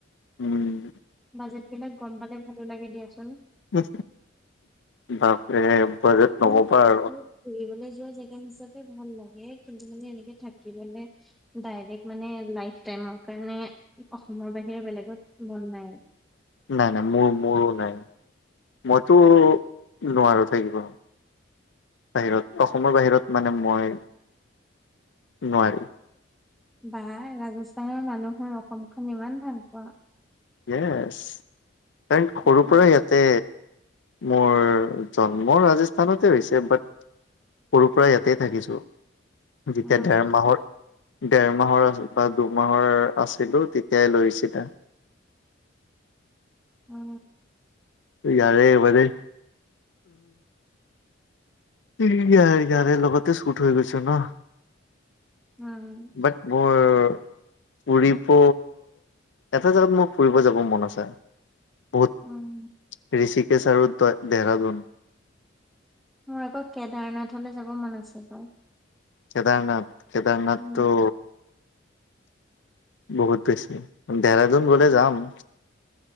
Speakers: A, on the left; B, in the centre.
A: উম।
B: বাজেট বিলাক গম পালে ভালো লাগে দিয়া। আচোন।
A: উ বাপৰে। বাজেট নকবা
B: মানে এদিনত
A: আৰু
B: ঘুৰি দূৰ জেগা হিচাপে ভাল লাগে। কিন্তু মানে এনেকে থাকি মানে ডাইৰেক্ট মানে লাইফ টাইমৰ কাৰণে অসমৰ বাহিৰে বেলেগত মন নাই।
A: নাই নাই মোৰ মোৰো নাই মইতো নোৱাৰো থাকিব বাহিৰত। অসমৰ বাহিৰত মানে মই নোৱাৰিম।
B: বা ৰাজস্থানৰ মানুহৈ অসমখন ইমান ভাল পোৱা?
A: ইএছ। ডেন সৰুৰ
B: উম
A: পৰাই ইয়াতে মোৰ জন্ম ৰাজস্থানতে হৈছে, বাট সৰুৰ পৰা ইয়াতেই থাকিছোঁ। যেতিয়া
B: উম
A: ডেৰ মাহৰ ডেৰ মাহৰ আ বা দুমাহৰ আছিলো, তেতিয়াই লৈ আহিছিল।
B: অঁ।
A: ইাৰে এবাৰে ইয়াৰ ইয়াৰে লগতে চুট হৈ গৈছ ন।
B: হাঁ।
A: বাট মোৰ <unintelligible> ফুৰিব, এটা জেগাত মোৰ ফুৰিব যাব মন আছে। বহুত
B: উম
A: ঋষিক কেচ‌ আৰু দেহৰাদুন।
B: মোৰ আকৌ কেদাৰনাথলে যাব মন আছিল বাৰু।
A: কেদাৰনাথ? কেদাৰনাথটো
B: উম
A: বহুত বেছি, দেৰাদোন গ'লে যাম।